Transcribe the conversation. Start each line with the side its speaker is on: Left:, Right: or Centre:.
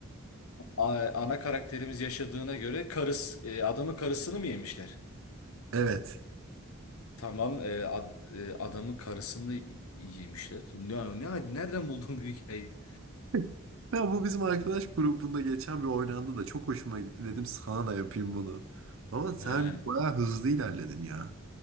Left: A- ana karakterimiz yaşadığına göre karıs e, adamın karısını mı yemişler?
Right: Evet.
Left: Tamam, e, ad- e, adamın karısını yemişler. Ne, ne, nereden buldun bu hikayeyi?
Right: <laughs> Ya bu bizim arkadaş grubunda geçen bir oynandı da çok hoşuma gitti. Dedim sana da yapayım bunu. Ama sen
Left: Ha,
Right: bayağı hızlı ilerledin ya.